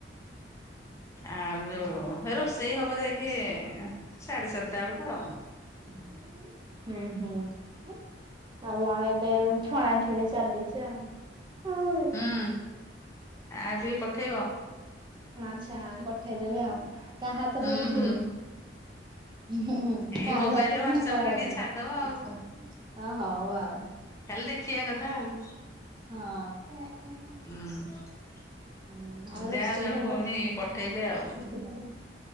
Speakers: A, on the left; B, on the right.
A: ଆଉ ଯୋଉ
B: ଆମ
A: ରୋଷେଇ ହବ ଯାଇକି ସାଢେ ସାତଟା ବେଳକୁ ଆଉ।
B: ହୁଁ ହୁଁ। ଆମ ଏବେ ଛଣାଛୁଣି ଚାଲିଛି ଆଉ।
A: ହୁଁ ଆଉ ଟିକେ ପଠେଇବ।
B: ଆଚ୍ଛା ଆଉ ପଠେଇଦେବି ଆଉ କାହା ହାତରେ
A: ହୁଁ
B: ପଠେଇବି।
A: ହୁଁ
B: ଁ
A: ଏଇ
B: କାଉ
A: ମୋବାଇଲରେ
B: ହାତରେ
A: ହ୍ୱାଟସଆପ
B: ନା ପା
A: ରେ
B: ହାତରେ
A: ଟିକେ ଛାଡିଦବ ଆଉ
B: ହଁ ହଉ ଆଉ।
A: ଖାଲି ଦେଖିବା କଥା ଆଉ।
B: ହଁ।
A: ହୁଁ।
B: ହ
A: ଯାହା
B: ଆଉ ରୋଷେଇ
A: ହଉ ଜଣେ
B: ଖବର।
A: ଭଉଣୀ ପଠେଇଲେ ଆଉ।